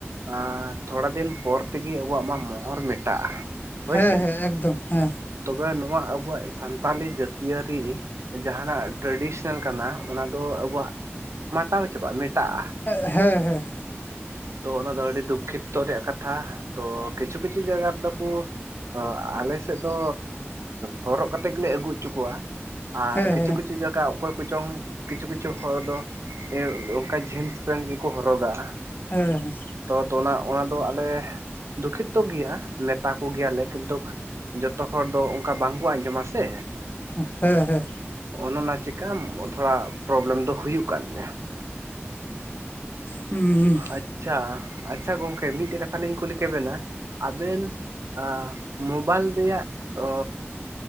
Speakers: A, on the right; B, on the left.
A: ᱟ ᱛᱷᱚᱲᱟ ᱫᱤᱱ ᱯᱚᱨ ᱛᱮᱜᱮ ᱟᱵᱚᱣᱟᱜ ᱢᱟ ᱢᱚᱦᱚᱨ ᱢᱮᱴᱟᱜᱼᱟ ᱦᱳᱭᱥᱮ
B: ᱦᱮᱸ ᱦᱮᱸ ᱮᱠᱫᱚᱢ ᱦᱮᱸ
A: ᱛᱚᱵᱮ ᱱᱚᱣᱟ ᱟᱵ ᱟᱵᱚᱣᱟᱜ ᱥᱟᱱᱛᱟᱞᱤ ᱡᱟᱹᱛᱤᱭᱟᱹᱨᱤ ᱡᱟᱦᱟᱸ ᱱᱟᱜ ᱴᱨᱮᱰᱤᱥᱚᱱᱟᱞ ᱠᱟᱱᱟ ᱚᱱᱟ ᱫᱚ ᱟᱵᱚᱣᱟᱜ ᱢᱟᱛᱟᱣ ᱪᱟᱵᱟᱜᱼᱟ ᱢᱮᱴᱟᱜᱼᱟ
B: ᱮᱜ ᱦᱮᱸ ᱦᱮᱸ
A: ᱛᱚ ᱚᱱᱟ ᱫᱚ ᱟᱹᱰᱤ ᱫᱩᱠᱷᱤᱛᱛᱚ ᱨᱮᱭᱟᱜ ᱠᱟᱛᱷᱟ ᱛᱚ ᱠᱤᱪᱷᱩ ᱠᱤᱪᱷᱩ ᱡᱟᱭᱜᱟ ᱨᱮᱫᱚ ᱠᱚ ᱚ ᱟᱞ ᱥᱮᱫ ᱫᱚ ᱦᱚᱨᱚᱜ ᱠᱟᱛᱮᱜ ᱜᱮᱞᱮ ᱟᱹᱜᱩ ᱚᱪᱚ ᱠᱚᱣᱟ ᱟᱨ
B: ᱦᱮᱸ
A: ᱠᱤᱪᱷᱩ
B: ᱦᱮᱸ
A: ᱠᱤᱪᱷᱩ ᱡᱟᱜᱟ ᱚᱠᱚᱭ ᱠᱚᱪᱚᱝ ᱠᱤᱪᱷᱩ ᱠᱤᱪᱷᱩ ᱦᱚᱲ ᱫᱚ ᱚᱱᱠᱟ ᱡᱷᱟᱹᱞᱤᱥ ᱯᱮᱱᱴ ᱜᱮᱠᱚ ᱦᱚᱨᱚᱜᱟ
B: ᱦᱮᱸ
A: ᱛᱚ ᱛᱚᱱᱟ ᱚᱱᱟ ᱫᱚ ᱟᱞᱮ ᱫᱩᱠᱷᱤᱛᱛᱚ ᱜᱮᱭᱟ ᱢᱮᱛᱟ ᱠᱚᱜᱮᱭᱟᱞᱮ ᱠᱤᱱᱛᱩ ᱡᱚᱛᱚ ᱦᱚᱲ ᱫᱚ ᱚᱱᱠᱟ ᱵᱟᱝᱠᱚ ᱟᱸᱡᱚᱢᱟ ᱥᱮ
B: ᱦᱮᱸ ᱦᱮᱸ
A: ᱚᱱᱮ ᱚᱱᱟ ᱪᱮᱠᱟ ᱛᱷᱚᱲᱟ ᱯᱨᱚᱵᱞᱮᱢ ᱫᱚ ᱦᱳᱭ ᱠᱟᱱ ᱜᱮᱭᱟ
B: ᱦᱩᱸ ᱦᱩᱸ
A: ᱟᱪᱪᱷᱟ ᱟᱪᱪᱷᱟ ᱜᱚᱝᱠᱮ ᱢᱤᱫᱴᱮᱡ ᱠᱟᱛᱷᱟ ᱞᱤᱧ ᱠᱩᱞᱤ ᱠᱮᱵᱮᱱᱟ ᱟᱵᱮᱱ ᱟ ᱢᱳᱵᱟᱭᱤᱞ ᱨᱮᱭᱟᱜ ᱚ